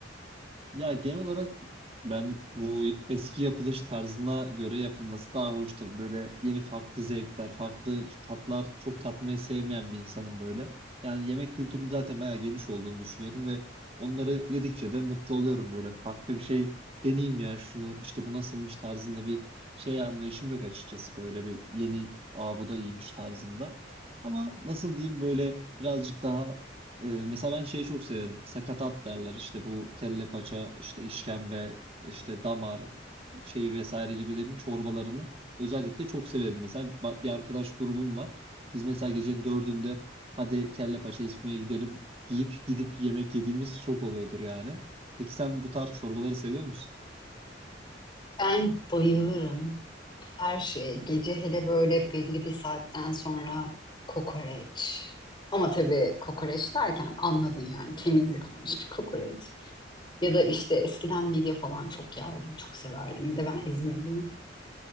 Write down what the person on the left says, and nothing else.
Ben bayılırım. Her şey. Gece hele böyle belli bir saatten sonra kokoreç. Ama tabii kokoreç derken anladın yani temiz yapılmış bir kokoreç. Ya da işte eskiden midye falan çok yerdim, çok severdim. Bir de ben İzmirliyim.